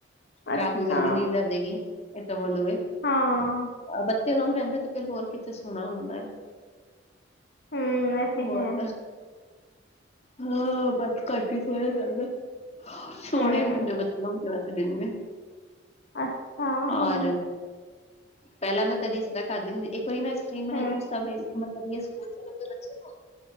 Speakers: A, on the left; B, on the left.
A: ਅੱਛਾ
B: ਰਾਤ ਕੋ ਜਲਦੀ ਨੀਂਦ ਆ ਜਾਏਗੀ। ਇਹ ਤਾਂ ਬੋਲੂਗੇ
A: ਹਾਂ
B: ਬੱਚੇ ਲੋਗ ਰਹਿੰਦੇ ਤੇ ਫਿਰ ਹੋਰ ਕਿੱਥੇ ਸੋਹਣਾ ਹੁੰਦਾ।
A: ਹਮ ਇਹ ਤੇ
B: ਬਹੁਤ
A: ਹੈ
B: ਹਾਂ ਬੰਦ ਕਰ ਕੇ ਸੋਇਆ ਕਰ ਨਾ <inaudible> ਸੋਣੇ
A: ਹਮ
B: ਨੇ ਦਿੰਦੇ ਬੱਚੇ <unintelligible>
A: ਅੱਛਾ
B: ਔਰ
A: ਹਮ
B: ਪਹਿਲਾਂ ਮੈਂ ਕਦੇ ਇਸ ਤਰ੍ਹਾਂ ਖਾਧੀ ਹੁੰਦੀ ਇੱਕ ਕੋਈ ਨਾ ਸਟੀਮ
A: ਹਮ
B: ਹੇਲ, ਸਭ ਵੇਲ, ਮਤਲਬ ਯੇ ਸਕੂਲ ਸੇ ਲੇਗੇ ਬੱਚੇ ਕੋ।